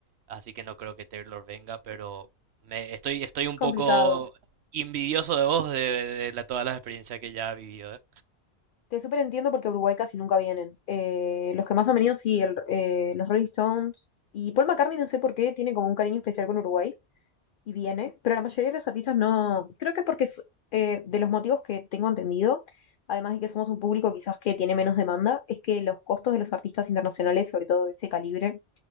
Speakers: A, on the right; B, on the left.
A: así que no creo que Taylor venga, pero me, estoy, estoy
B: es
A: un
B: complicado.
A: poco envidioso de vos de, de la- todas las experiencias que ya has vivido, ¿eh?
B: Te súper entiendo porque a Uruguay casi nunca vienen. Eh, los que más han venido, sí, el- eh, los Rolling Stones. Y Paul McCartney, no sé por qué, tiene como un cariño especial con Uruguay. y viene, pero la mayoría de los artistas no, creo que es porque es, eh, de los motivos que tengo entendido, además de que somos un público quizás que tiene menos demanda, es que los costos de los artistas internacionales, sobre todo de ese calibre,